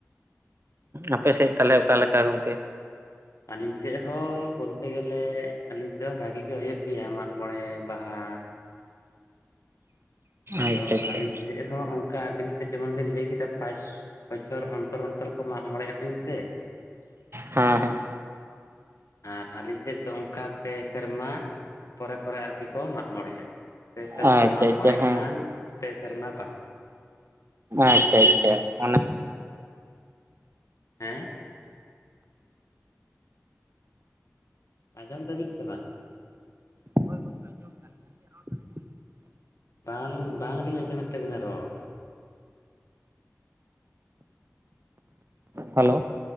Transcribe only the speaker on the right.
ᱟᱯᱮ ᱥᱮᱫ ᱛᱟᱞᱦᱮ ᱚᱠᱟ ᱞᱮᱠᱟ ᱜᱚᱝᱠᱮ?
ᱟᱪᱪᱷᱟ ᱟᱪᱪᱷᱟ
ᱦᱮᱸ ᱦᱮᱸ᱾
ᱟᱪᱪᱷᱟ
ᱟᱪᱪᱷᱟ
ᱦᱮᱸ
ᱟᱪᱪᱷᱟ, ᱟᱪᱪᱷᱟ ᱚᱱᱟ
ᱦᱳᱭ ᱜᱚᱝᱠᱮ ᱟᱸᱡᱚᱢ <unintelligible>
ᱦᱮᱞᱳ᱾